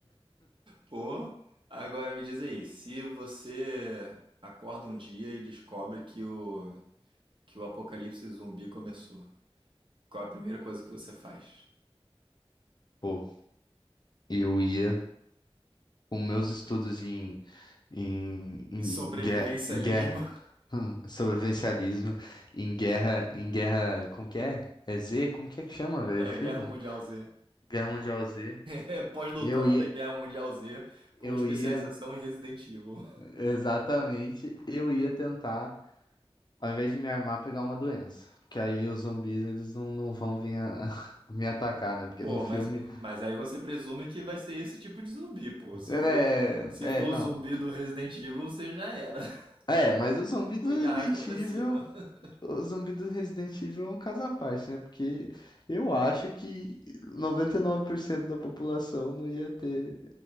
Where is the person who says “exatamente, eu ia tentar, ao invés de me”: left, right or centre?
Left